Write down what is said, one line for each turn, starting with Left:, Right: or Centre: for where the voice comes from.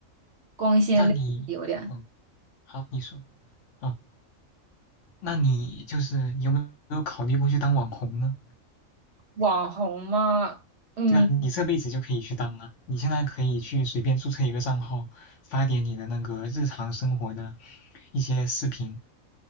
Right: 光鲜亮丽有点。
Left: 那你，嗯，好，你说，嗯，那你就是有没有考虑过去当网红呢？
Right: 网红嘛，嗯，
Left: 对啊，你这辈子就可以去当啊，你现在可以去随便注册一个账号，发点你的那个日常生活的一些视频，